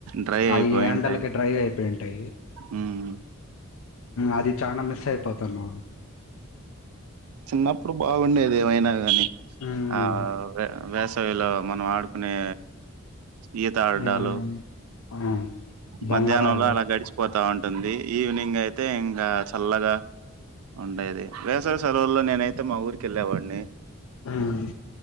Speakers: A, on the right; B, on the left.
A: డ్రై అయిపోయింటాయి
B: అవి హ్యాండల్కి డ్రైవ్ అయిపోయింటాయి,
A: మ్మ్
B: అది చాలా మిస్ అయిపో తను
A: చిన్నప్పుడు బాగుండేది ఏమైనా గాని
B: ఉమ్,
A: ఆ వేస్ సవి లో మనం ఆడుకునే ఈత ఆడడాలు
B: ఉమ్ అవును బొంగరాళ్ళు
A: మధ్యాహ్నంలో అలా గడిచిపోతా ఉం ఉంటుంది ఈవినింగ్ అయితే ఇంగ చల్లగా ఉండేది వేసవి సెలవుల్లో నేనైతే మా ఊరికి ఎళ్ళేవాడిని
B: ఉమ్